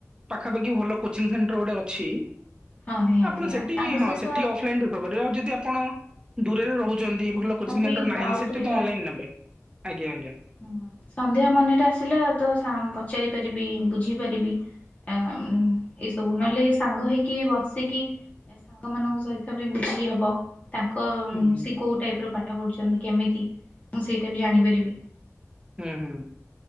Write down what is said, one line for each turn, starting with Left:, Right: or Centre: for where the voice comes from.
Right: ପାଖାପାଖି ଭଲ କୋଚିଂ ସେଣ୍ଟର ଗୋଟେ ଅଛି
Left: ହଁ ନିହାତି
Right: ଆପଣ ସେଠି
Left: ତାଙ୍କ
Right: ହଁ
Left: ସହିତ
Right: ସେଠି ଅଫଲାଇନ ପ୍ରିଫର କରିବେ ଆଉ ଯଦି ଆପଣ ଦୂରରେ ରହୁଛନ୍ତି
Left: ଯାହାବି
Right: ଭଲ କୋଚିଂ ସେଣ୍ଟର ନାହିଁ
Left: ଡାଉଟ
Right: ସେଠି ତ ଅନଲାଇନ୍ ନେବେ ଆଜ୍ଞା ଆଜ୍ଞା।
Left: ଉଁ ସନ୍ଦେହ ମନେରେ ଆସିଲା ତ ସାରଂ ପଚାରି ପାରିବି ବୁଝି ପାରିବି। ଆ ଏସବୁ ନହେଲେ ସାଙ୍ଗ ହେଇକି ବସିକି ଏ ସାଙ୍ଗମାନଙ୍କ ସହିତ ବି ବୁଝି ହବ। ତାଙ୍କ ଉମ୍
Right: ହୁଁ ହୁଁ
Left: ସେ କୋଉ ଟାଇପ ର ପାଠ ପଢ଼ୁଛନ୍ତି କେମିତି ମୁଁ ସେଇଟା ବି ଜାଣିପାରିବି।
Right: ଉଁ ହୁଁଁ।